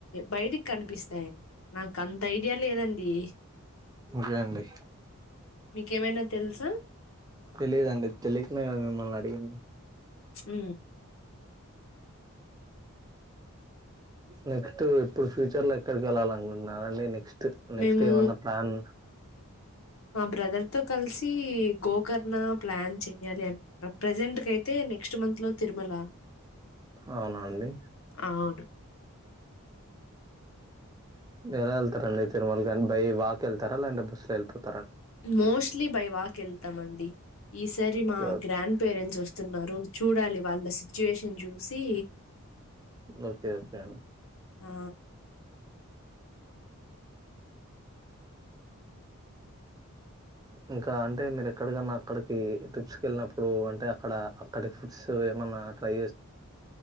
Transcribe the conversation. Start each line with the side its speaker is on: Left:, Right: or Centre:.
Left: బయటికి కనిపిస్తా యి నాకు అంత ఐడియా లేదండి
Right: కే అండి
Left: మీకేమైనా తెలుసా
Right: తెలిదుండి తెలియకనా కదా మిమ్మల్ని అడిగింది
Left: హ
Right: నెక్స్ట్ ఇప్పుడు ఫ్యూచర్ లో ఎక్కడికి వెళ్ళాలి అనుకుంటున్నండి నెక్స్ట్ నెక్స్ట్
Left: మేము
Right: ఏమన్నా ప్లాన్
Left: మా బ్రదర్ తో కలిసి గోకర్ణ ప్లాన్ చెయ్యాలి అనుకున్న ప్రెజెంట్ క అయితే నెక్స్ట్ మంత్ లో తిరుమల
Right: అవునండి
Left: అవును
Right: ఎలా వెళ్తారండి తిరుమలగాం బై వాక్ వెళ్తారలా అం బస్సులో వెల్పోతు
Left: మోస్ట్లీ బై వాక్ వెళ్తామ అండి ఈసారి మా
Right: ఓకే
Left: గ్రాండ్ పేరెంట్స్ వస్త స్తున్నారు చూడాలి వాళ్ళ సిచ్యువేషన్ చూసి
Right: ఓకే ఓకే
Left: ఆ <unintelligible>
Right: ఇంకా అంటే మీరు ఎక్కడికన్నా అక్కడికి ట్రిప్స్ క వెళ్ళినప్పుడు అంటే అక్కడ అక్కడి ఫుడ్స్ ఏమన్నా లే